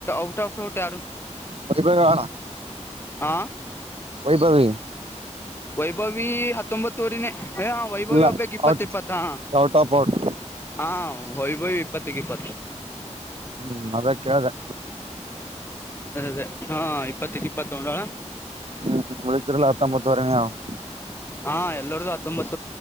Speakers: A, on the left (about 20°); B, on the right (about 55°).
A: ಔಟ್ ಆಫ್ ರಔಟ್ ಯಾರು.
B: ವೈಭವ ಅಣ
A: ಆ
B: ವೈಭವಿ
A: ವೈಭವಿ ಹತ್ತೊಂಬತ್ತೂರನೇ ಏ ವೈವಯ
B: ಇಲ್ಲ
A: ಒಗ್ಬೇಕು ಇಪ್ಪತ್ತು
B: ಔಟ್
A: ಇಪ್ಪತ್ತು ಹ
B: ಔಟ್ ಆಫ್ ಔಟ್
A: ಹಾ ಹಯ ಹಯ ಇಪ್ಪತ್ತಗೆ ಇಪ್ಪತ್ತು
B: ಹ್ಮ್ ಅದ ಕೇಳಿದೆ
A: ಅದೇ ಅದೇ ಹಾ ಇಪ್ಪತ್ತ ಇಪ್ಪತ್ತ ಒಡಳ
B: ಹ್ಮ್ ಉಳಿದ್ರಲ್ಲ <unintelligible>
A: ಹಾ ಎಲ್ಲರ್ದು ಹತ್ತೊಂಬತ್